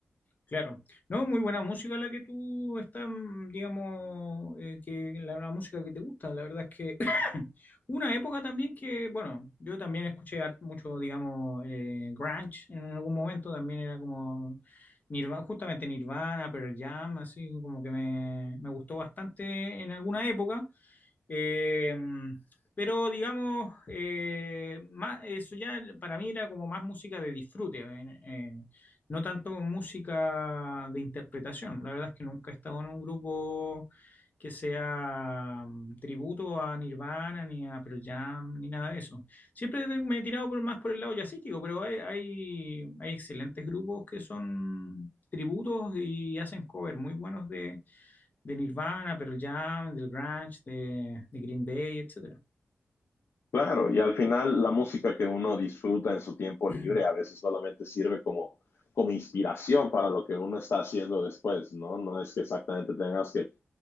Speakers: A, on the left; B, on the left.
A: Claro, no, muy buena música la que tú estás, mm, digamos, eh, que la, la música que te gusta. La verdad es que <coughs> <clears throat> una época también que, bueno, yo también escuché har- mucho, digamos, eh, grunge en algún momento, también era como Nirvana, justamente Nirvana, Pearl Jam, así como que me, me gustó bastante en alguna época. Eh, pero digamos, eh, más, eso ya para mí era como más música de disfrute, eh, eh, no tanto música de interpretación. La verdad es que nunca he estado en un grupo que sea mm, tributo a Nirvana, ni a Pearl Jam, ni nada de eso. Siempre me he tirado por, más por el lado jazzístico, pero hay, hay, hay excelentes grupos que son tributos y hacen covers muy buenos de, de Nirvana, Pearl Jam, del Grunge, de, de Green Day, etcétera
B: Claro, y al final la música que uno disfruta en su tiempo
A: <clears throat>
B: libre a veces solamente sirve como, como inspiración para lo que uno está haciendo después, ¿no? No es que exactamente tengas que